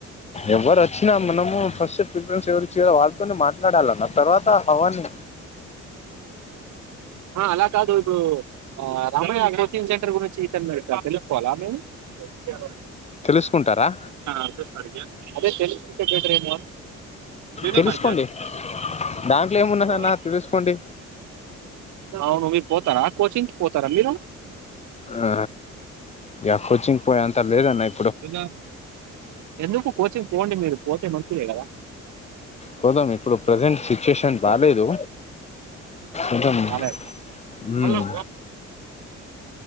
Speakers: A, on the left; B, on the right.
A: ఎవరు వచ్చినా మనము ఫస్ట్ ప్రిఫరెన్స్ ఎవరిచ్చారు వాళ్ళతోనే మాట్లాడాలన్న తర్వాత అవ్వన్నీ
B: ఆ అలాకాదు అది ఇ ఆ రమయ్య కోచింగ్ సెంటర్ గురించి మేము తెలుసుకోవాల మేము అద
A: తెలుసుకుంటారా
B: అడ్ర్రేస్ అడిగి అదే తెలుగైతే బెటరేమో అని <unintelligible>
A: తెలుసుకోండి దాంట్లో ఏమున్నదన్న తెలుసుకోండి
B: అవును మీరు పోతారా కోచింగ్ కి పోతారా మీరు
A: ఆ యా కోచింగ్ పొయ్యే అంత లేదు అన్న ఇప్పు
B: <unintelligible> ఎందుకు కోచింగ్ పోండి మీరు పోతే మంచిదే కదా
A: పోదాం ఇప్పుడు ప్రెసెంట్ సిచ్యుయేషన్ బాలేేదు ఇంకేం హు
B: రాలేదా హలో బ్రో